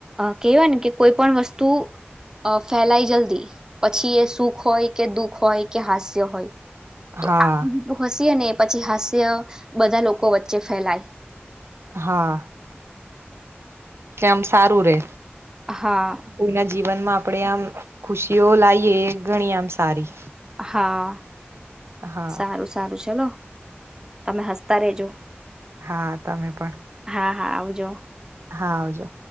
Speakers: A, on the right; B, on the right.
A: કેહેવાય ને કે કોઈ પણ વસ્તુ અ ફેલાય જલ્દી પછી એ સુખ હોય કે દુઃખ હોય કે હાસ્ય હોય તો
B: હા
A: આું જેટલું હસીએ ને પછી હાસ્ય બધા લોકો વચ્ચે ફેલાય
B: હા કેમ આમ સારું રે
A: હા
B: કોઈના જીવનમાં આપણેે આમ ખુશીઓ લાઈએ ગણી આમ સારી
A: હા
B: હા
A: સારું સારું ચલો તમે હસતા રેજો
B: હા તમે પણ
A: હા હા આવું જો
B: હા આવજો